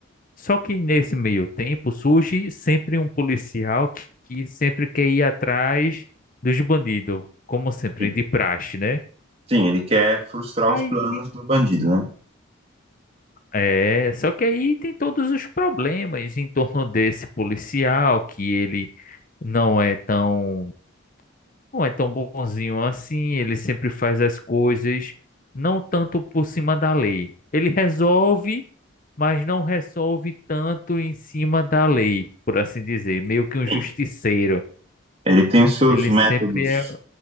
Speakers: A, on the left; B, on the right.
A: Só que nesse meio tempo surge sempre um policial que, que sempre quer ir atrás dos bandidos, como sempre,
B: sim.
A: de praxe, né?
B: Sim, ele quer frustrar
A: Aí
B: os planos do bandido, né?
A: É, só que aí tem todos os problemas em torno desse policial, que ele não é tão, não é tão bonzinho assim, ele sempre faz as coisas não tanto por cima da lei. Ele resolve, mas não resolve tanto em cima da lei, por assim dizer, meio que um
B: Sim.
A: justiceiro.
B: Ele tem os seus
A: Ele
B: métodos
A: sempre é,